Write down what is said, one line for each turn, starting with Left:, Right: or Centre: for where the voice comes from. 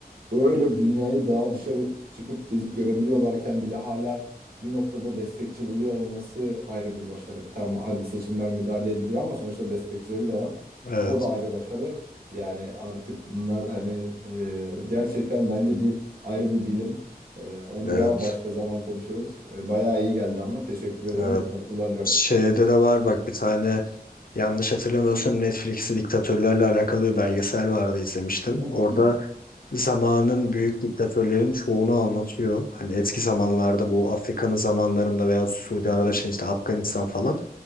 Right: öyle dünyayı daha dışarı çıkıp gezip görebiliyorlarken bile hala bir noktada destekçi buluyor olması ayrı bir başarı. Tamam hadi seçimler müdahale ediliyor ama sonuçta destekçileri de var.
Left: Evet,
Right: O da ayrı başarı. Yani artık bunlar hani e, gerçekten bence bir ayrı bir bilim. E, onu
Left: evet,
Right: da başka zaman konuşuruz. E, bayağı iyi geldi ama teşekkür ederim.
Left: evet.
Right: Bunları kullanacağım.
Left: Şeyde de var bak bir tane yanlış hatırlamıyorsam Netflix'te diktatörlerle alakalı bir belgesel vardı izlemiştim.
Right: Hmm,
Left: Orada zamanın büyük diktatörlerin çoğunu anlatıyor. Hani eski zamanlarda bu Afrika'nın zamanlarında veya Suudi Arabistan işte Afganistan falan.